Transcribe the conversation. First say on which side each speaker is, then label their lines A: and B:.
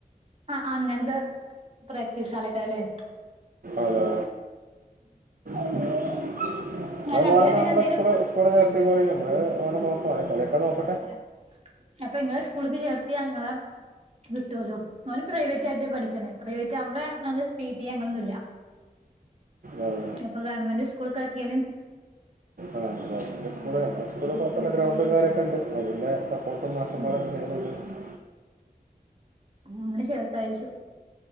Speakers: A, on the right (about 40°); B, on the right (about 65°).
A: ആഹ് അങ്ങെൻത്ത പ്രാക്ടീസാൾ എയ്ക്കാരം ലെ
B: അതെ ഇന്നാ
A: അല്ല
B: മോനെന്നാ
A: പിന്നെ ഇതിനെന്തേലും
B: നമ്മളെ സ്ക്കൂൾ ഇപ്പ ഇവടെ കെട്ടി കുട്ങ്ങി നമ്മെൾ ഓനെ നോക്കും ഓന്റെ കളി ഒക്കെ നോക്കു
A: അഹെ അപ്പ ഇങ്ങെളെ സ്ക്കൂൾക്ക് ചേർത്തിയാ ഇങ്ങെളെ ഇത് കിട്ടോല്ലോ ഓന് പ്രൈവെറ്റ് ആയിട്ട് പഠിക്ക്ണേ പ്രൈവെറ്റ് അയുടെ ഇന്നാൽ പി ടി എ അങ്ങനെ ഒന്നും ഇല്ല
B: ഉം.
A: അപ്പ അയ് ഗവൺമെന്റ് സ്ക്കൂൾക്ക് ആക്കിയാൽ
B: ആഹ് <unintelligible> സ്ക്കൂൾ നമ്മളെ സ്ക്കൂൾ കൊഴ്പ്പ ഇല്ല ഗ്രൗണ്ടും കാരൊക്കെ ഇണ്ട് അയിന് ഇള്ളെ സ സ്ക്കൂൾത്തെ മാഷന്മാരോക്കെ
A: ഉം
B: <unintelligible>
A: ആഹ് ഇവനെ ചേർത്താ വിചാര്ച്ചു